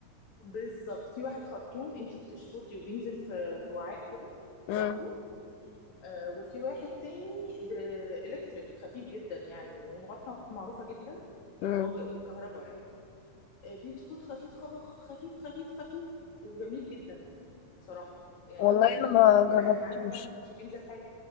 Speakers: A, on the left (about 60°); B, on the left (about 75°).
A: بالظبط في واحد خرطوم انتي بتشفطي وبينزل في في وعاء كده
B: امم
A: لوحده آه وفي واحد تاني بإلكتريك خفيف جدا يعني وماركة معروفة جدا
B: امم
A: هو ب- بالكهرباء يعني آه بيشفط خفيف خف- خفيف خفيف خفيف وجميل جدا بصراحة يعني
B: والله
A: هو ده اللي
B: انا
A: كان
B: ما
A: بيريح
B: جربتوش
A: معانا وفعلا ما كانش بينزل حاجة